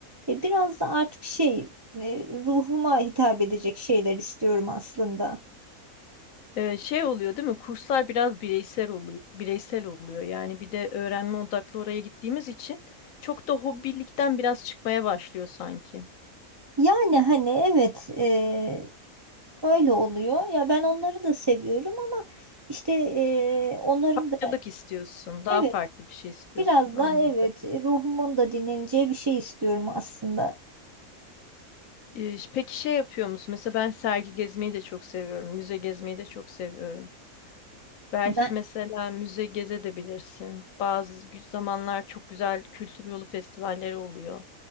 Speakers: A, on the right; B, on the left.
A: e, biraz da artık şey e, ruhuma hitap edecek şeyler istiyorum aslında.
B: Ee, şey oluyor değil mi? Kurslar biraz bireysel oluyor. Bireysel oluyor. Yani bir de öğrenme odaklı oraya gittiğimiz için çok da hobilikten biraz çıkmaya başlıyor sanki.
A: Yani hani evet eee, öyle oluyor. Ya ben onları da seviyorum ama işte eee, onların
B: Farklılık
A: da
B: istiyorsun, daha
A: evet
B: farklı bir şey istiyorsun.
A: biraz
B: Anladım.
A: daha evet e, ruhumun da dinleneceği bir şey istiyorum aslında.
B: Ee, ş- peki şey yapıyor musun? Mesela ben sergi gezmeyi de çok seviyorum. Müze gezmeyi de çok seviyorum. Belki
A: Ben
B: mesela müze gezebilirsin. Bazı gü- zamanlar çok güzel kültür yolu festivalleri oluyor.